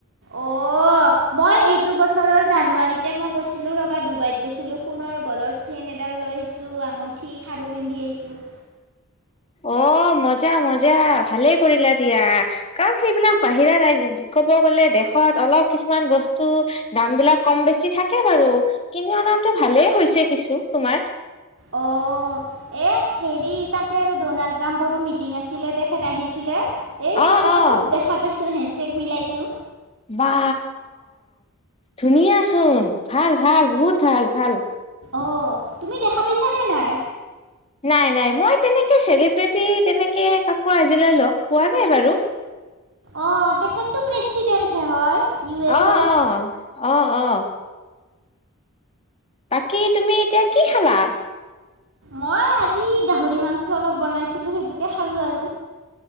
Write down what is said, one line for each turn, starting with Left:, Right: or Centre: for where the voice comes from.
Right: অ'। অ', মই এইটো বছৰৰ জানুৱাৰীতে মই গৈছিলো ৰ'বা, ডুবাইত গৈছিলো সোণৰ গলৰ চেইন এডাল লৈ আহিছোঁ, আঙুঠি খাৰু পিন্ধি আহিছোঁ।
Left: অ', মজা- মজা, ভালে কৰিলা দিয়া। কাৰণ সেইবিলাক বাহিৰা ৰাই ক'ব গ'লে দেশত অলপ কিছুমান বস্তু দাম বিলাক কম বেছি থাকে বাৰু, কিনি অনাতো ভালেই হৈছে কিছু, তোমাৰ।
Right: অ', এ এ হেৰি, তাতে আৰু ডনাল্ড ট্ৰাম্পৰো মিটিং আছিলে, তেখেত আহিছিলে। এই
Left: অ'
Right: তেখেতকো
Left: অ'
Right: দেখা পাইছোঁ, হেণ্ডশ্বেক মিলাইছোঁ।
Left: বা ধুনীয়া চোন, ভাল-ভাল বহুত ভাল- ভাল।
Right: অ', তুমি দেখা পাইছানে নাই।
Left: <inaudible> নাই-নাই, মই তেনেকে চেলিব্ৰিটি তেনেকে কাকো আজিলৈ লগ পোৱা নাই বাৰু।
Right: অ', তেখেতটো প্ৰেচিডেণ্টহে হয়। ইউ এছ
Left: অ-অ,
Right: এৰ।
Left: অ-অ। বাকী তুমি এতিয়া কি খালা?
Right: মই আজি গাহৰি মাংচ অলপ বনাইছিলো, সেইটোকে খালো আৰু।